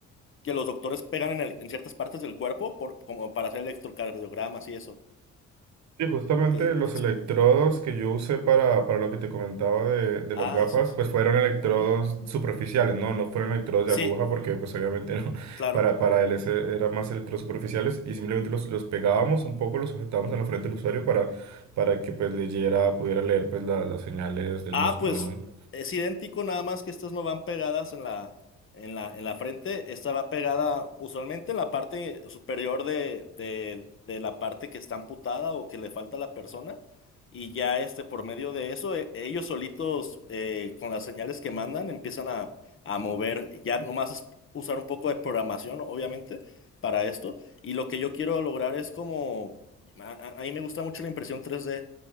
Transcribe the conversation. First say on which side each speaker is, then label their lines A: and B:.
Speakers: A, on the left; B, on the right.
A: que los doctores pegan en, el- en ciertas partes del cuerpo por, como para hacer electrocardiogramas y eso.
B: Sí, justamente
A: Que,
B: los
A: que
B: electrodos
A: so-
B: que yo usé para, para lo que te comentaba de, de
A: ah,
B: las gafas,
A: esos.
B: pues fueron electrodos
A: ujú.
B: superficiales, ¿no? No fueron electrodos
A: Sí,
B: de aguja porque pues obviamente no, <laughs>
A: claro.
B: para, para él ese eran más electrodos superficiales y simplemente los, los pegábamos un poco, los sujetábamos en la frente del usuario para, para que pues leyera, pudiera leer pues la- las señales del
A: Ah,
B: músculo,
A: pues
B: ¿no?
A: es idéntico, nada más que estas no van pegadas en la, en la, en la frente. Esta va pegada usualmente en la parte superior de, de, de la parte que está amputada o que le falta a la persona. Y ya este, por medio de eso, e- ellos solitos, eh, con las señales que mandan, empiezan a, a mover. Ya nomás es usar un poco de programación, obviamente, para esto. Y lo que yo quiero lograr es como, a, a a mí me gusta mucho la impresión tres d